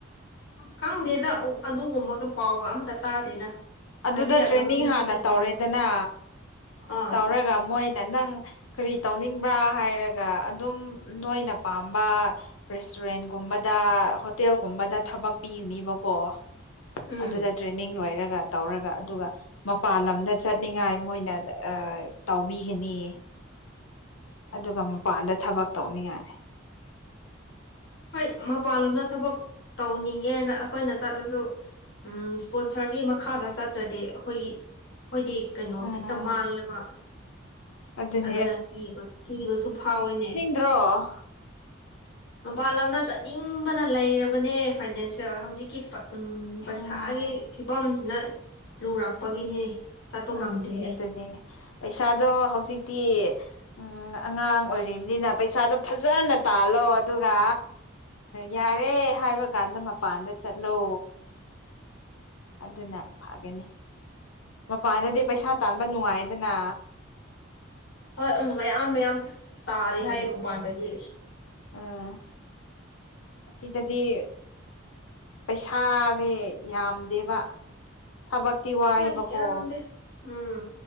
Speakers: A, on the left; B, on the left.
A: ꯈꯪꯗꯦꯗ ꯑꯗꯨꯒꯨꯝꯕꯒ ꯄꯥꯎꯒ ꯑꯝꯇ ꯇꯥꯗꯦꯗ
B: ꯑꯗꯨꯗ
A: ꯍꯥꯏꯕꯤꯔꯛꯅꯕ
B: ꯇ꯭ꯔꯦꯅꯤꯡ
A: ꯃꯤꯁꯨ
B: ꯍꯥꯟꯅ
A: ꯂꯩꯇꯦ
B: ꯇꯧꯔꯦꯗꯅ
A: ꯑꯥ
B: ꯇꯧꯔꯒ ꯃꯣꯏꯅ ꯅꯪ ꯀꯔꯤ ꯇꯧꯅꯤꯡꯕ꯭ꯔꯥ ꯍꯥꯏꯔꯒ ꯑꯗꯨꯝ ꯅꯣꯏꯅ ꯄꯥꯝꯕ ꯔꯦꯁꯇꯨꯔꯦꯟꯒꯨꯝꯕꯗ ꯍꯣꯇꯦꯜꯒꯨꯝꯕꯗ ꯊꯕꯛ ꯄꯤꯒꯅꯤꯕꯀꯣ
A: ꯎꯝ
B: ꯑꯗꯨꯗ ꯇ꯭ꯔꯦꯅꯤꯡ ꯂꯣꯏꯔꯒ ꯇꯧꯔꯒ ꯑꯗꯨꯒ ꯃꯄꯥꯟ ꯂꯝꯗ ꯆꯠꯅꯤꯡꯉꯥꯏ ꯃꯣꯏꯅ ꯇꯥꯎꯕꯤꯒꯅꯤ ꯑꯗꯨꯒ ꯃꯄꯥꯟꯗ ꯊꯕꯛ ꯇꯧꯅꯤꯡꯉꯥꯏ
A: ꯍꯣꯏ ꯃꯄꯥꯟꯂꯨꯅ ꯊꯕꯛ ꯇꯧꯅꯤꯡꯉꯦ ꯍꯥꯏꯅ ꯑꯩꯈꯣꯏꯅ ꯆꯠꯂꯁꯨ ꯏꯁ꯭ꯄꯣꯟꯁꯔꯒꯤ ꯃꯈꯥꯗ ꯆꯠꯇ꯭ꯔꯗꯤ ꯑꯩꯈꯣꯏꯒꯤ ꯑꯩꯈꯣꯏꯗꯤ ꯀꯩꯅꯣ
B: ꯎꯝ
A: ꯍꯦꯛꯇ ꯃꯥꯡꯉꯦꯕ
B: ꯑꯗꯨꯅꯦ
A: ꯑꯗꯨꯅ ꯀꯤꯕ ꯀꯤꯕꯁꯨ ꯐꯥꯎꯋꯤꯅꯦ
B: ꯇ꯭ꯔꯣ
A: ꯃꯄꯥꯟ ꯂꯝꯗ ꯆꯠꯅꯤꯡꯕꯅ ꯂꯩꯔꯕꯅꯦ ꯐꯥꯏꯅꯥꯟꯁꯦꯜ ꯍꯧꯖꯤꯛꯀꯤ ꯎꯝ ꯄꯩꯁꯥꯒꯤ
B: ꯎꯝ
A: ꯐꯤꯕꯝꯁꯤꯅ ꯂꯨꯔꯛꯄꯒꯤꯅꯦ ꯆꯠꯄ ꯉꯝꯗ꯭ꯔꯤꯁꯦ
B: ꯑꯗꯨꯅꯤ ꯑꯗꯨꯅꯤ ꯄꯩꯁꯥꯗꯣ ꯍꯧꯖꯤꯛꯇꯤ ꯎꯝ ꯑꯉꯥꯡ ꯑꯣꯏꯔꯤꯕꯅꯤꯅ ꯄꯩꯁꯥꯗꯣ ꯐꯖꯅ ꯇꯥꯜꯂꯣ ꯑꯗꯨꯒ ꯌꯥꯔꯦ ꯍꯥꯏꯕ ꯀꯥꯟꯗ ꯃꯄꯥꯟꯗ ꯆꯠꯂꯣ ꯑꯗꯨꯅ ꯐꯒꯅꯤ ꯃꯄꯥꯟꯗꯗꯤ ꯄꯩꯁꯥ ꯇꯥꯟꯕ ꯅꯨꯡꯉꯥꯏꯗꯅ
A: ꯍꯣꯏ ꯎꯝ ꯃꯌꯥꯝ ꯃꯌꯥꯝ ꯇꯥꯔꯦ
B: ꯎꯝ
A: ꯍꯥꯏꯌꯦ ꯃꯄꯥꯟꯗꯗꯤ
B: ꯎꯝ ꯑꯁꯤꯗꯗꯤ ꯄꯩꯁꯥꯁꯦ ꯌꯥꯝꯗꯦꯕ ꯊꯕꯛꯇꯤ ꯋꯥꯏꯕꯀꯣ
A: ꯍꯣꯏ ꯌꯥꯝꯗꯦ ꯎꯝ